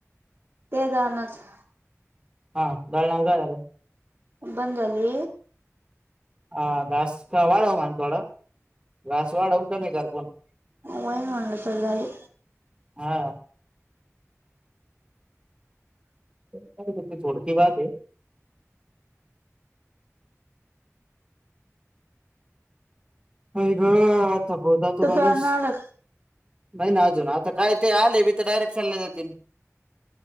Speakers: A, on the right; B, on the right.
A: ते जा नच <unintelligible>
B: हा दळनाल काय झालं?
A: बंद झाले.
B: हा घास का वाडव म्हण थोडा, घास वाढव कमी कर फोन.
A: वयनलंचल झाली
B: हा कळालं ते थोडकी बाात आहे आई ग थकवतात तो
A: तू
B: माणूस
A: प्यान आलं
B: नाही ना अजून आता काय ते आले बीथ डायरेक्ट चालायला जातील